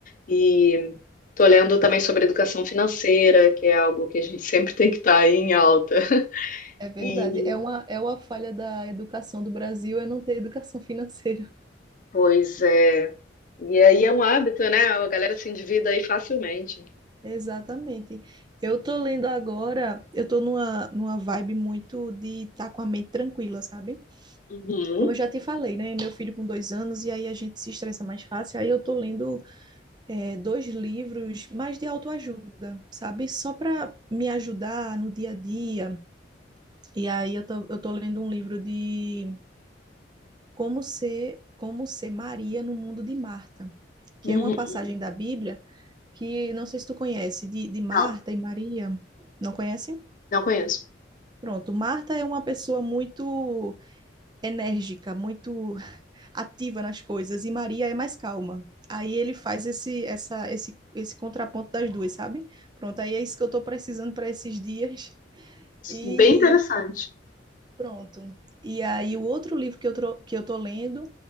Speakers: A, on the left; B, on the right.
A: E estou lendo também sobre educação financeira, que é algo que a gente <laughs> sempre tem que estar em alta.
B: é verdade.
A: E,
B: É uma, é uma falha da educação do Brasil é não ter educação <laughs> financeira.
A: pois é. E aí é um hábito, né? A galera se endivida aí facilmente.
B: Exatamente. Eu tô lendo agora, eu tô numa, numa vibe muito de estar com a mente tranquila, sabe?
A: Uhum,
B: Como eu já te falei, né? Meu filho com dois anos, e aí a gente se estressa mais fácil. Aí eu tô lendo é, dois livros mais de autoajuda, sabe? Só para me ajudar no dia a dia. E aí eu tô, eu tô lendo um livro de Como Ser, Como Ser Maria no Mundo de Marta, que
A: uhum.
B: é uma passagem da Bíblia que não sei se tu conhece, de, de Marta
A: Não,
B: e Maria. Não conhece?
A: não conheço.
B: Pronto, Marta é uma pessoa muito enérgica, muito ativa nas coisas e Maria é mais calma. Aí ele faz esse, essa, esse, esse contraponto das duas, sabe? Pronto, aí é isso que eu estou precisando para esses dias. E
A: Bem interessante.
B: pronto. E aí o outro livro que eu, tro- que eu tô lendo